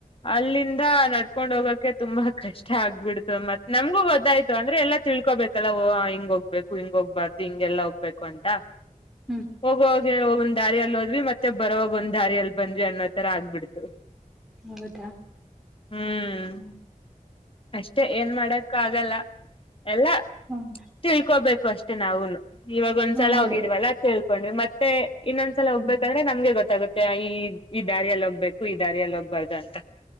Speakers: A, on the left (about 40°); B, in the centre.
A: ಅಲ್ಲಿಂದ ನಡ್ಕೊಂಡ್ ಹೋಗೋಕ್ಕೆೆ ತುಂಬಾ ಕಷ್ಟ ಆಗ್ಬಿಡ್ತು ಮತ್ ನಮಗೂ ಗೊಥಾಯ್ತು ಅಂದ್ರೆ ಎಲ್ಲಾ ತಿಳ್ ಇಕೋಬೇಕಲ್ಲಾ ಹಿಂಗ ಹೋಗ್ಬೇಕು ಹಿಂಗ ಹೋಗ್ಬಾರ್ದು ಹಿಂಗೆಲ್ಲಾ ಹೋಗ್ಬೇಕು ಅಂತ
B: ಹ್ಮ್
A: ಹೋಗೋಗ ಹೋಗ್ ದಾರಿಿಯ ಎಲ್ಲಿ ಮತ್ತೆ ಬರವಾಗ ಒಂದ ದಾರಿಯಲ್ಲಿ ಬಂದ್ವಿ ಅನ್ನೋ ತರ ಆಗ್ಬಿಡ್ತು
B: ಹೌದಾ
A: ಹ್ಮ್
B: ಹ್ಮ
A: ಅಷ್ಟೇ ಏನ್ ಮಾಡಕ್ಕ ಆಗಲ್ಲ ಎಲ್ಲ
B: ಹ್ಮ್
A: ತಿಳ್ಕೋಬೇಕು ಅಷ್ಟೆ ನಾವುನು ಇವಾಗ ಒಂದ್ಸಲ
B: ಹೌದು
A: ಹೋಗಿದೀವಲ್ಲ ತಿಳ್ಕೊಂಡ್ವಿ ಮತ್ತೆ ಇನ್ನೊಂದ್ಸಲ ಹೋಗ್ಬೇಕಂದ್ರೆ
B: ಹ್ಮ
A: ನಮ್ಗೆ ಗೊತ್ತ ಗುತ್ತೆ ಈ ಈ ದಾರಿಯಲ್ಲಿ ಹೋಗ್ಬೇಕು ಈ ದಾರಿಯಲ್ಲಿ ಹೋಗ್ಬಾರ್ದು ಅಂತ